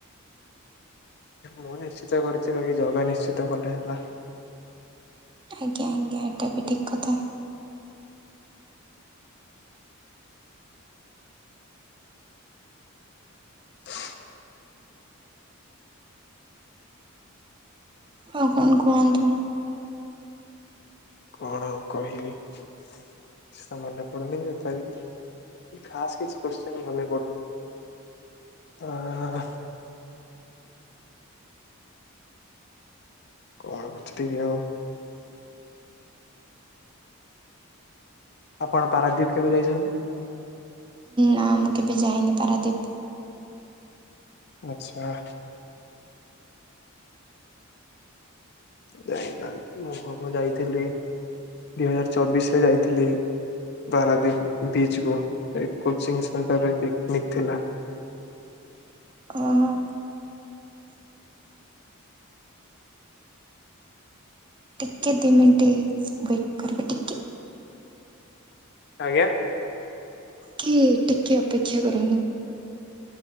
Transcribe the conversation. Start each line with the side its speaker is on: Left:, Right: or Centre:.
Left: ମୁଁ ନିଶ୍ଚିତ କରିଛି ବାକି ଜଗା ନିଶ୍ଚିତ କଲେ ହେଲା।
Right: ଆଜ୍ଞା ଆଜ୍ଞା ଏଟା ବି ଠିକ୍ କଥା।
Left: ହ
Right: ଆଉ କଣ କୁହନ୍ତୁ?
Left: କଣ ଆଉ କହିବି କିଛି ତ ମନେ ପଡୁନି <unintelligible> ଖାସ୍ କିଛି କୋଶ୍ଚିନି ମନେ ପଡୁନି ଆ କଣ ପଚାରିବି ଆଉ? ଆପଣ ପାରାଦ୍ୱୀପ କେବେ ଯାଇଚନ୍ତି?
Right: ନାଁ ମୁଁ କେବେ ଯାଇନି ପାରାଦ୍ଵୀପ।
Left: ଆଚ୍ଛା। <unintelligible> ମୁଁ ମୁଁ ଯାଇଥିଲି ଦୁଇ ହଜାର ଚବିଶି ରେ ଯାଇଥିଲି। ପାରାଦ୍ଵୀପ ବିଚ୍ କୁୁ <unintelligible> କୋଚିଂ ସେଣ୍ଟର ର ପିକନିକ୍ ଥିଲା।
Right: ଓ ହୋ। ଟିକେ ଦି ମିନିଟ୍ ୱେଟ୍ କରିବେ ଟି
Left: ଆଜ୍ଞା।
Right: କିଏ ଟିକେ ଅପେକ୍ଷା କରନ୍ତୁ।